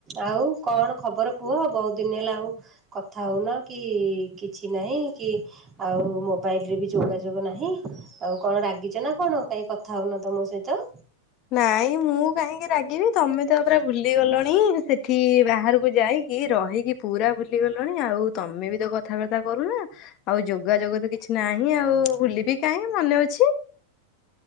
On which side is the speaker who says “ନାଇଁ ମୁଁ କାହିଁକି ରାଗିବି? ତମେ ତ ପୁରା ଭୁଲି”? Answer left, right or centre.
Left